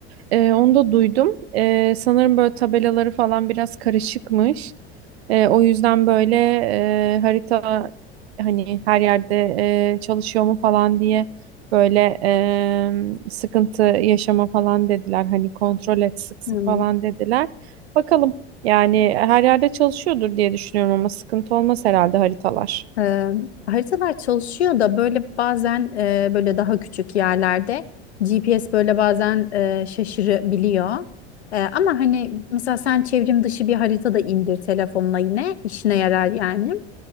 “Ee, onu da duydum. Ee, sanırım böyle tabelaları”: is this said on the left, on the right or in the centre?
Right